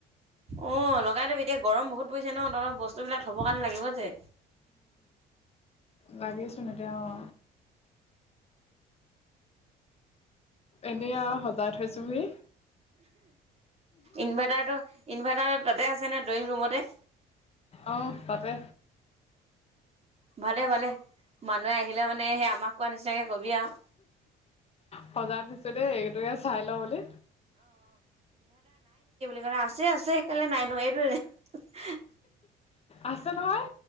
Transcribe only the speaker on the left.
লাগেচোন এতিয়া অ'। এতিয়া সজাই থৈছোহি।
অ', তাতে।
সজাই দিছোঁ দেই এইটোকে চাই ল বুলি।
আছে নহয়?